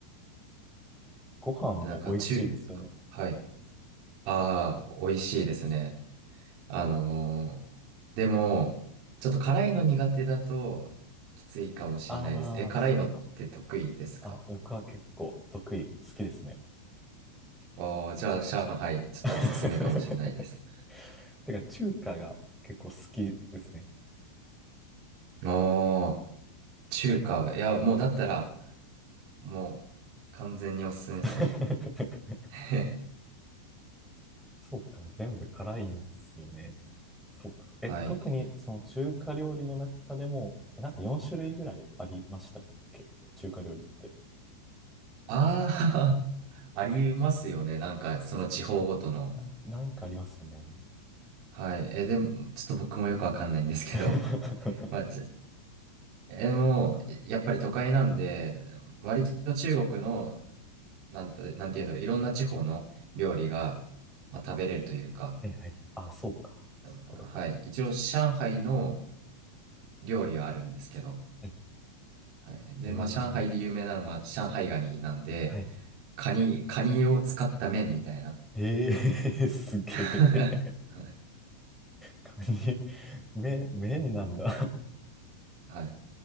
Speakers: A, in the centre; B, on the right (about 40°).
A: ご飯も美味しいですよね。
B: なんか、中、はい。ああ、美味しいですね。あのーでも、ちょっと辛いの苦手だときついかもしんないです。
A: ああ、
B: え、辛いのって得意ですか
A: そっか。あ、僕は結構得意、好きですね。
B: ああー、じゃあ、上海、ちょっとおすすめかもしんないです。
A: <laughs> てか、中華が結構好きですね。
B: おー、中華。いや、もうだったら、もう、完全におすすめですね。
A: <laughs>
B: <laughs>
A: そうか、全部辛いんですよね。そうか。え、
B: はい。
A: 特にその中華料理の中でも、え、なんか4種類ぐらいありましたっけ中華料理って。
B: ああ、<laughs> ありますよね。なんか、その地方ごとの。
A: なん、なんかありますよね。
B: はい。え、でも、ちょっと僕もよくわかんないんですけど、
A: <laughs>
B: まあ、え、でもう、やっぱり都会なんで、割と中国の、なんて、なんていうの、いろんな地方の料理が、まあ、食べれるというか、
A: はいはいはい。あ、そうか。そういうことか。
B: うんはい。一応、上海の料理はあるんですけど、
A: はい。
B: はい。で、
A: えー、
B: まあ、上海で有名なのは、上海ガニなんで、
A: はい。
B: カニ、カニを使った麺みたいな。
A: えー、<laughs> すげえ。
B: <laughs> はい。
A: カニ、麺麺なんだ。
B: はいい